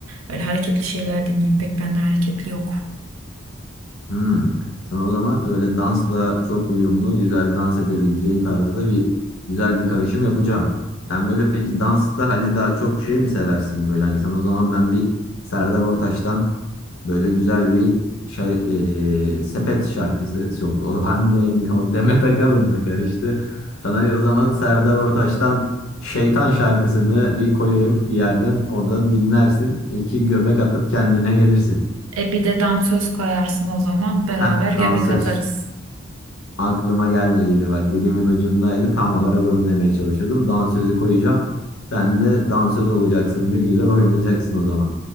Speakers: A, on the right (about 75°); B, on the left (about 75°).
A: Öyle hareketli şeyler dinleyeyim pek bende hareketli yok.
B: Hmm. Sana o zaman öyle dansla çok uyumlu, güzel dans edebileceğin tarzda bir güzel bir karışım yapacağım. Sen böyle peki dansta hani daha çok şey mi seversin böyle? Hani sana o zaman ben bir Serdar Ortaç'tan böyle güzel bir şey eee, sepet şarkısı çok o <laughs> Hande o Demet Akalın'la karıştı. Sana bir o zaman Serdar Ortaç'tan Şeytan şarkısını bir koyayım bir yerden. Oradan dinlersin. İki göbek atıp kendine gelirsin.
A: E bir de dansöz koyarsın o zaman beraber
B: Heh, dansöz.
A: göbek atarız.
B: Aklıma gelmediydi bak dilimin ucundaydı tam olarak onu demeye çalışıyordum. Dansözü koyacağım. Sen de dansöz olacaksın bir güzel oynayacaksın o zaman.